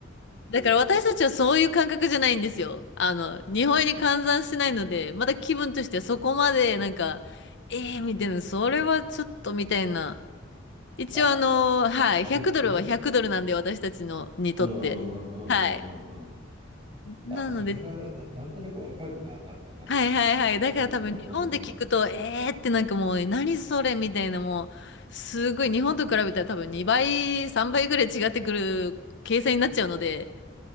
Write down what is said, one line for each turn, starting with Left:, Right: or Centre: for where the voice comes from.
Left: だから私たちはそういう感覚じゃないんですよ。あの、日本円に換算してないので、まだ気分としてはそこまでなんか、ええー、みたいな、それはちょっとみたいな。一応あの、
Right: あ。あ、
Left: はい、
Right: なるほどね。
Left: 100ドルは100ドルなんで私たちのにとって。
Right: うんうんうんうんうんうんうん。
Left: はい。なので、
Right: あ、それはな、なんとなくわかるな、なんかな。
Left: はいはいはい。だから多分日本で聞くと、
Right: うんうんうんう
Left: えーってなんかもう何それみたいなもう、すごい日本と比べたら多分2倍、3倍ぐらい違ってくる計算になっちゃうので。